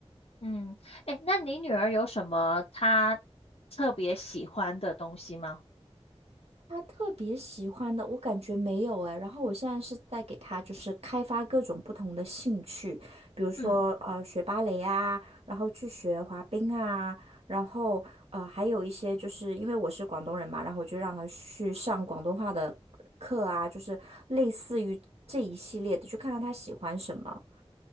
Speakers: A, on the left; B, on the right.
A: 嗯，哎，那你女儿有什么她特别喜欢的东西吗？
B: 他特别喜欢的，我感觉没有哎。然后我现在是在给他就是开发各种不同的兴趣，比如说呃学芭蕾啊，
A: 嗯，
B: 然后去学滑冰啊，然后呃还有一些就是因为我是广东人嘛，然后我就让他去上广东话的课啊，就是类似于这一系列的，就看看他喜欢什么。